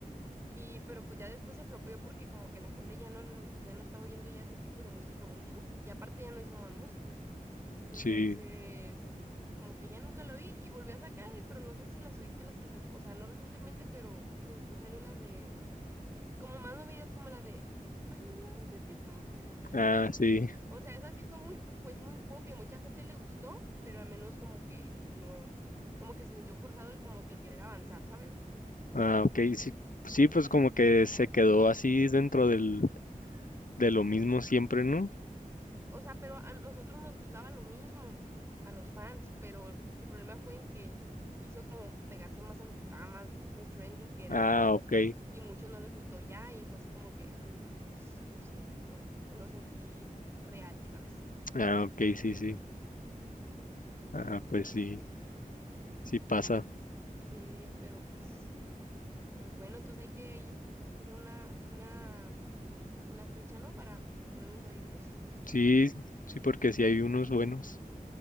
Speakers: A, on the right (about 20°); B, on the left (about 65°).
A: Y, pero pues ya después se flopeó porque como que la gente ya no, mm, ya no estaba oyendo ya ese tipo de música mucho y aparte ya no hizo más música. Entonces,
B: sí.
A: como que ya nunca lo oí y volví a sacar, y- pero no sé si las oíste las que sacó, o sea, no recientemente, pero después salió la de como más movidas como la de I'm in love with your body.
B: Ah,
A: oh.
B: sí.
A: O sea, esa sí fue muy, pues muy pop y a mucha gente le gustó, pero al menos como que no, como que se sintió forzado el como que el querer avanzar, ¿sabes?
B: Ah, ok, sí, sí, pues como que se quedó así dentro del, de lo mismo siempre, ¿no?
A: O sea, pero a nosotros nos gustaba lo mismo, a los fans, pero el problema fue en que quiso como pegarse más a lo que estaba más en trending, que era
B: Ah,
A: el pop,
B: ok,
A: y muchos no les gustó ya, y fue así como que, mm, pues no sé, no, no lo sentí real, ¿sabes?
B: ah, ok, sí, sí, ah, pues sí, sí pasa,
A: Sí, pero pues. Pues bueno, entonces hay que ahí fijar una, una, una fecha, ¿no? Para ponernos a oírlos.
B: sí, sí, porque sí hay unos buenos.